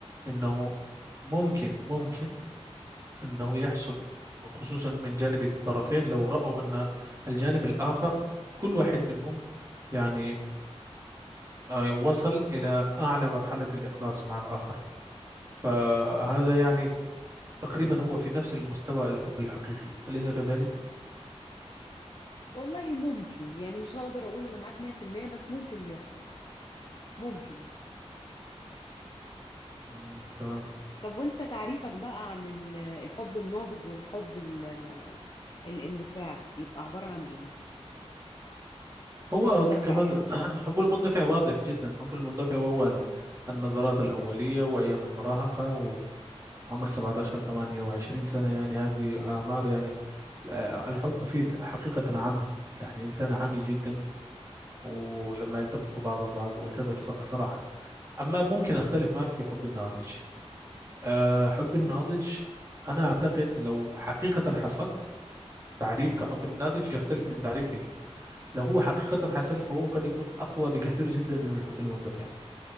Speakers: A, on the right; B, on the left.
A: أنه ممكن ممكن أنه يحصل وخصوصا من جانب الطرفين لو رأوا أن الجانب الآخر كل واحد منهم يعني آه، وصل إلى أعلى مرحلة الإخلاص مع الآخر فهذا يعني تقريبا هو في نفس المستوى الحب الحقيقي أليس كذلك؟
B: والله ممكن يعني مش هقدر أقول أنا معاك 100% بس ممكن بيحصل ممكن
A: مم، تمام
B: طب وانت تعريفك بقى عن ال- الحب الناضج والحب ال- الاندفاع يبقى عبارة عن ايه الحب
A: هو
B: المندفع
A: كمان
B: يعني.
A: <clears throat> حب المندفع واضح جدا حب المندفع وهو ال- النظرات الأولية وأيام المراهقة عمر 17 28 سنة يعني هذه أعمار يعني آه، الحب فيه حقيقة عمي يعني إنسان عمي جدا ولما يلتقوا بعضهم بعض وكذا ص- صراحة أما ممكن أختلف معك في حب الناضج آه، حب الناضج أنا أعتقد لو حقيقة حصل تعريف كحب الناضج يختلف من تعريفك لو هو حقيقة حصل فهو قد يكون أقوى بكثير جدا من الحب المندفع